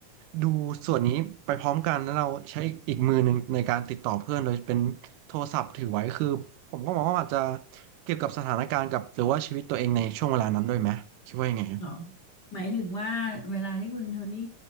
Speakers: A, on the right; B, on the left.
A: ดูส่วนนี้ไปพร้อมกันแล้วเราใช้อีกมือหนึ่งในการติดต่อเพื่อนโดยเป็นโทรศัพท์ถือไว้คือผมก็มองว่าอาจจะเกี่ยวกับสถานการณ์กับหรือว่าชีวิตตัวเองในช่วงเวลานั้นด้วยไหมคิดว่ายังไงฮะ
B: เหรอหมายถึงว่าเวลาที่คุณโทนี่